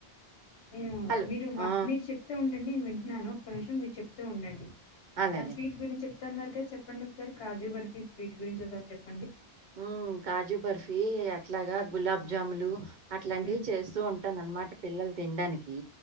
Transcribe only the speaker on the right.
హలో!
ఆ!
అలాగనే.
ఉ కాజు బర్ఫీ అట్లగ గులాబ్ జాములు అట్లాంటివి
చేస్తూ ఉం ఉంటదన్నమాట పిల్లలు తినడానికి